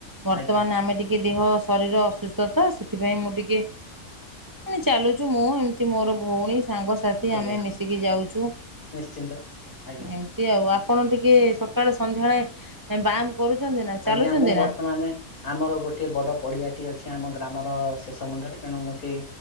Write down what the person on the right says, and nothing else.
ବର୍ତ୍ତମାନ
ଆମେ ଟିକେ ଦେହ ଶରୀର ଅସୁସ୍ଥତ, ସେଥି ପାଇଁ ମୁଁ ଟିକେ ଚାଲୁଛୁ ମୁ ଏମତି ଟିକେ। ସାଙ୍ଗସାଥି
ଆମେ ମିଶିକି ଯାଉଛୁଁ
ଏମତି ଆଉ ଆପଣ ଟିକେ ସକାଳେ ସନ୍ଧ୍ୟାଳେ ବ୍ୟାୟାମ କରୁଛନ୍ତି। ନା ଚାଲୁଛନ୍ତି
ନା?